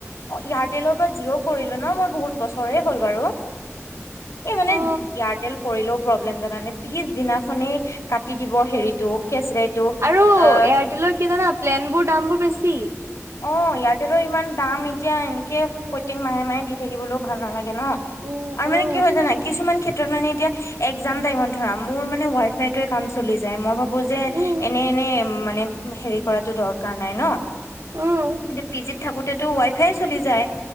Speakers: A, on the left (about 75°); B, on the right (about 60°).
A: অ' এয়াৰটেলৰ পৰা জিঅ' কৰিলো ন' মই, বহুত বছৰেই হ'ল বাৰু। এই মানে
B: অ
A: এয়াৰটেল কৰিলেও প্ৰব্লেম জানানে, পিছদিনাখনেই কাটি দিব হেৰিত। টো কি আছিলে এইটো।
B: আৰু এয়াৰটেলৰ
A: অ
B: কি জানা প্লেনবোৰ দামবোৰ বেছি।
A: অ' এয়াৰটেলৰ ইমান দাম এতিয়া, এনেকে
B: উম
A: প্ৰত্যেক মাহে মাহে দি থাকিবলৈও ভাল নালাগে। ন
B: উম
A: আৰু
B: উম
A: মানে কি হয় জানা, কিছুমান ক্ষেত্ৰ মানে এতিয়া একজাম টাইমত ধৰা মোৰ মানে ৱাই ফাইটোৱে কাম চলি যায়, মই ভা যে
B: উম
A: এনে, এনে মানে হেৰি কৰাটো দৰকাৰ নাই ন।
B: উম
A: কিন্তু পি জিত থাকোতেতো ৱাই ফাই চলি যায়।